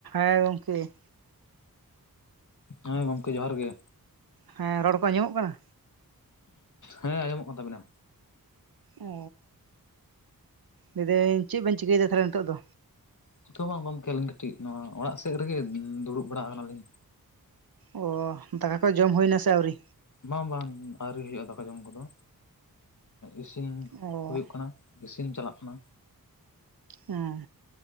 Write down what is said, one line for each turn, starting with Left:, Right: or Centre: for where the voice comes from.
Right: ᱦᱮᱸ ᱜᱚᱝᱠᱮ᱾
Left: ᱦᱮᱸ ᱜᱚᱝᱠᱮ, ᱡᱚᱦᱟᱨ ᱜᱮ᱾
Right: ᱦᱮᱸ ᱨᱚᱲ ᱠᱚ ᱟᱸᱡᱚᱢᱚᱜ ᱠᱟᱱᱟ?
Left: ᱦᱮᱸ, ᱟᱸᱡᱚᱢᱚᱜ ᱠᱟᱱ ᱛᱟᱵᱤᱱᱟ᱾
Right: ᱚ ᱞᱟᱹᱭ ᱫᱟᱹᱧ ᱪᱮᱫ ᱵᱮᱱ ᱪᱤᱠᱟᱹᱭᱮᱫᱟ ᱛᱟᱦᱚᱞᱮ ᱱᱤᱛᱚᱜ ᱫᱚ?
Left: ᱱᱤᱛᱚᱜ ᱢᱟ ᱜᱚᱝᱠᱮ ᱟᱞᱤᱧ ᱠᱟᱴᱤᱡ ᱱᱚᱣᱟ ᱚᱲᱟᱜ ᱥᱮᱜ ᱨᱮᱜᱮ ᱫᱩᱲᱩᱵ ᱵᱟᱲᱟ ᱟᱠᱟᱱᱟᱞᱤᱧ᱾
Right: ᱚ ᱫᱟᱠᱟ ᱠᱚ ᱡᱚᱢ ᱦᱩᱭ ᱱᱟ ᱥᱮ ᱟᱹᱣᱨᱤ?
Left: ᱵᱟᱝ ᱵᱟᱝ ᱟᱹᱣᱨᱤ ᱦᱩᱭᱩᱜᱼᱟ ᱫᱟᱠᱟ ᱡᱚᱢ ᱠᱚᱫᱚ ᱤᱥᱤᱱ
Right: ᱚ
Left: ᱦᱳᱭᱳᱜ ᱠᱟᱱᱟ᱾ ᱤᱥᱤᱱ ᱪᱟᱞᱟᱜ ᱠᱟᱱᱟ᱾
Right: ᱦᱮᱸ